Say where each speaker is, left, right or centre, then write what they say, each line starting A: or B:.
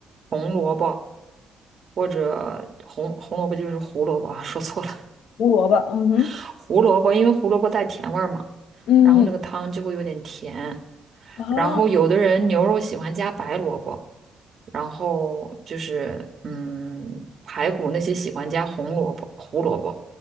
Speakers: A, on the right; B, on the left.
A: 红萝卜或者红红萝卜就是胡萝卜啊 <laughs> 说错了，
B: 胡萝卜，嗯哼，
A: <laughs> 胡萝卜，因为胡萝卜带甜味儿嘛，
B: 嗯
A: 然后那个汤就会有点甜。
B: 啊
A: 然后有的人牛肉喜欢加白萝卜。然后就是嗯，排骨那些喜欢加红萝卜、胡萝卜，